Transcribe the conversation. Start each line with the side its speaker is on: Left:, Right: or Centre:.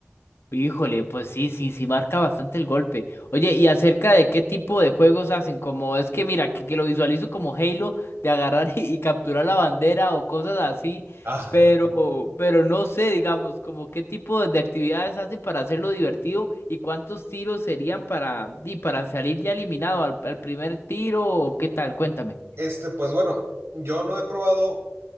Left: Híjole, pues sí, sí, sí marca bastante el golpe. Oye, ¿y acerca de qué tipo de juegos hacen? Como es que mira, que, que lo visualizo como Halo, de agarrar <laughs> y, y capturar la bandera o cosas así,
Right: Ah,
Left: pero,
Right: <laughs> ok.
Left: pero no sé, digamos, como qué tipo de actividades hacen para hacerlo divertido y cuántos tiros serían para, y para salir ya eliminado al, al primer tiro o qué tal, cuéntame.
Right: Este, pues bueno, yo no he probado